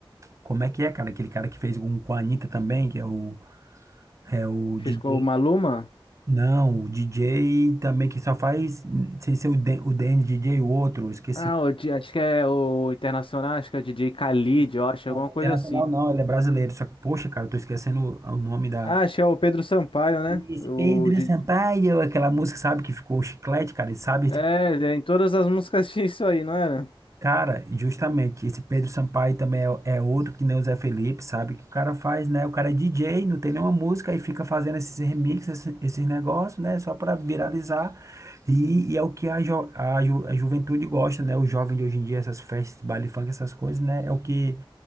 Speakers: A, on the right; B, on the left.
A: Como é que é, cara? Aquele cara que fez um com a Anitta também, que é o. É o
B: Fez
A: DJ.
B: com o Maluma?
A: Não, o DJ também que só faz. Sem ser o, D, o DN DJ, o outro, esqueci.
B: Ah, o, Di- acho que é o Internacional, acho que é o DJ Khalid, eu
A: Não,
B: acho, alguma
A: não
B: coisa
A: é internacional
B: assim.
A: não, ele é brasileiro. Só que, poxa, cara, eu tô esquecendo o o nome da.
B: Ah, acho que é o Pedro Sampaio, né?
A: Esse
B: O,
A: Pedro
B: Di-
A: Sampaio, aquela música, sabe, que ficou chiclete, cara. Ele sabe
B: é, é, em todas as músicas <laughs> tinha isso aí, não era?
A: Cara, justamente, esse Pedro Sampaio também é, é outro que nem o Zé Felipe, sabe? Que o cara faz, né? O cara é DJ, não tem nenhuma música e fica fazendo esses remixes, esses, esses negócios, né? Só para viralizar. E, e é o que a, jo- a, ju- a juventude gosta, né? O jovem de hoje em dia, essas festas, baile funk, essas coisas, né? É o que,